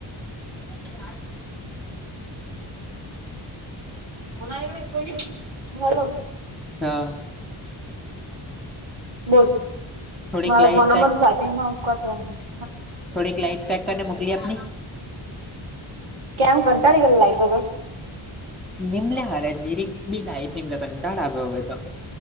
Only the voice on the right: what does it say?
અ કોઈ હલો- -
બોલ
મારા
phone number
charging માંકાતોનું- -
કેમ કંટાળી ગઈ લાઈટ વગર